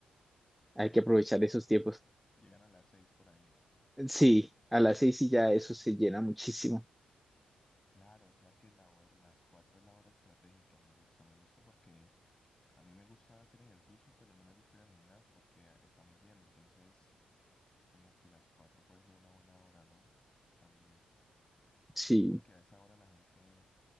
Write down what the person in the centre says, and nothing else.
hay que
aprovechar esos tiempos.
Sí, a las seis y ya eso se llena muchísimo.
Sí,